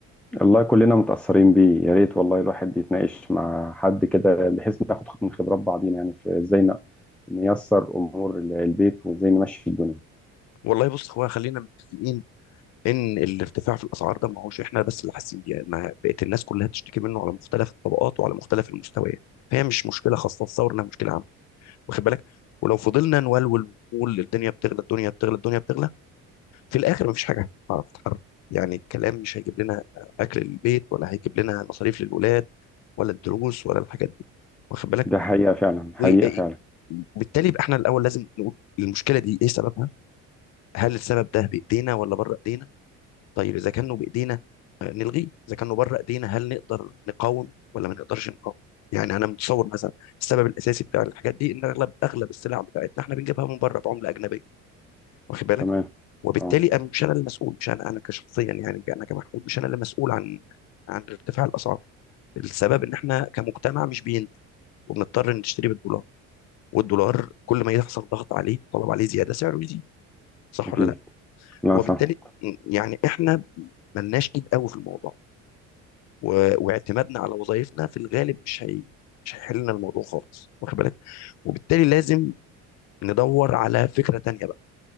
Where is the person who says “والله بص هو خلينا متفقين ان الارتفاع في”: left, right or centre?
Left